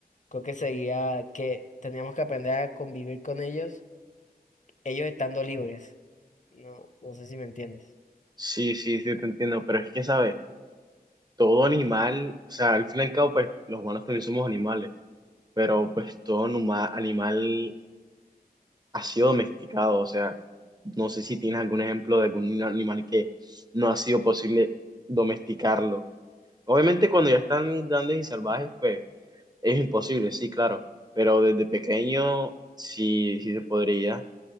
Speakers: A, on the left; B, on the right.
A: creo que sería que teníamos que aprender a convivir con ellos, ellos estando libres, no, no sé si me entiendes.
B: Sí, sí, sí, te entiendo, pero es que, ¿sabes? Todo animal, o sea, al fin y al cabo, pues los humanos también somos animales, pero pues todo anima- animal ha sido domesticado, o sea, no sé si tienes algún ejemplo de algún animal que no ha sido posible domesticarlo. Obviamente cuando ya están grandes y salvajes, pues es imposible, sí, claro, pero desde pequeño sí, sí se podría.